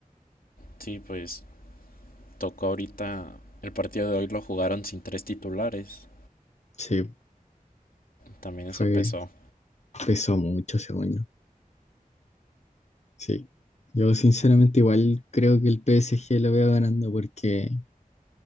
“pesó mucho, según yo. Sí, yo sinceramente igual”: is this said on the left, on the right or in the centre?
Left